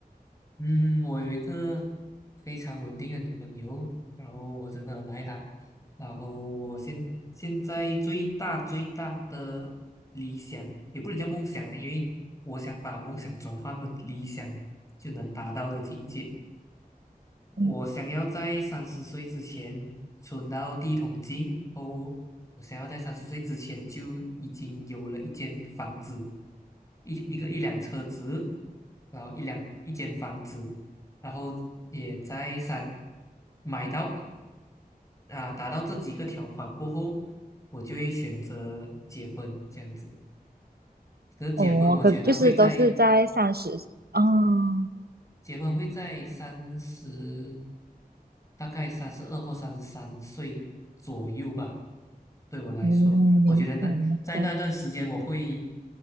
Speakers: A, on the left; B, on the right.
A: 嗯，我有一个非常稳定的女朋友，然后我真的很爱她。然后我现现在最大最大的理想，也不能叫梦想啊，因为我想把梦想转换成理想就能达到的境界。
B: 嗯，
A: 我想要在三十岁之前存到第一桶金，然后我想要在三十岁之前就已经有了一间房子，一一个一辆车子，然后一辆一间房子，然后也在三买到啊达到这几个条款过后，我就会选择结婚这样子。可是结婚，
B: 哦，
A: 我觉得会在
B: 可就是都是在三十哦，
A: 结婚会在三十。大概三十二或三十三岁左右吧。对我来说，
B: 嗯，
A: 我觉得那在那段时间，
B: 明白明白，
A: 我会